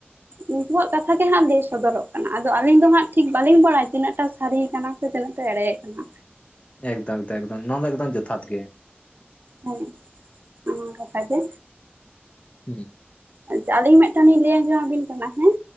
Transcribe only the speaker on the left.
ᱮᱠᱫᱚᱢ ᱮᱠᱫᱚᱢ ᱮᱠᱫᱚᱢ ᱱᱚᱣᱟ ᱫᱚ ᱮᱠᱫᱚᱢ ᱡᱚᱛᱷᱟᱛ ᱜᱮ᱾
ᱦᱮᱸ